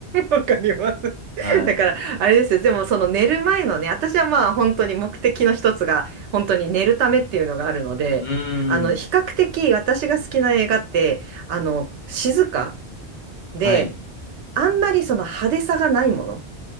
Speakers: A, on the right; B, on the left.
A: わかります。
B: はい。
A: だから、あれですよ。でも、その寝る前のね、私はまあ本当に目的の一つが、本当に寝るためっていうのがあるので、
B: うーん。
A: あの、比較的私が好きな映画って、あの、静かで、
B: はい。
A: あんまりその派手さがないもの。